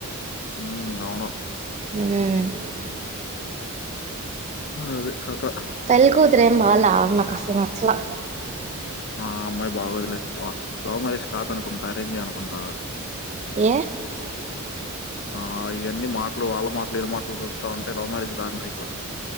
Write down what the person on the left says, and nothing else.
హుమ్ ఔను
అది కథ.
ఆ అమ్మాయి బాగోదులే. లవ్ మ్యారేజ్ కాదనుకుంటా అరేంజే అనుకుంటా
ఆ ఆ ఇయన్ని మాటలు వాళ్ళ మాటలు వీళ్ళ మాటలు చూస్ తొంటే లవ్ మ్యారేజ్లా అనిపిట్లా